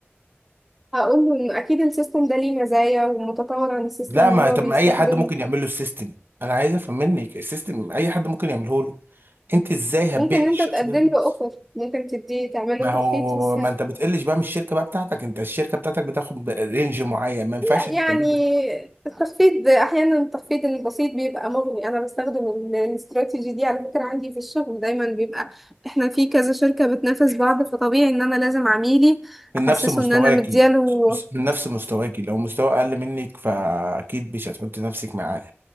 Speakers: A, in the centre; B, on the right (about 55°).
A: هقول له إن أكيد السيستم ده ليه مزايا ومتطور عن السيستم
B: لا
A: اللي
B: ما
A: هو
B: طب
A: بيستخدمه
B: ما اي حد ممكن يعمل له السيستم انا عايز افهم منك السيستم اي حد ممكن يعمله له انت ازاي
A: ممكن
B: هتبيع الشخص
A: أنت تقدم
B: ده الفلوس؟
A: له أوفر ممكن تديه تعمل
B: ما
A: له
B: هو
A: تخفيض في السعر
B: ما انت بتقلش بقى من الشركه بقى بتاعتك انت الشركه بتاعتك بتاخد رينج معين ما ينفعش
A: لا
B: انت
A: يعني
B: تعمله
A: التخفيض احيانا التخفيض البسيط بيبقى مغني انا بستخدم ال- الاستراتيجي دي على فكره عندي في الشغل دايما بيبقى احنا في كذا شركه بتنافس بعض فطبيعي ان انا لازم عميلي
B: من
A: احسسه
B: نفس مستواكي
A: ان انا مدياله
B: من نفس مستواكي لو مستوى اقل منك فاكيد مش هتحط نفسك معاه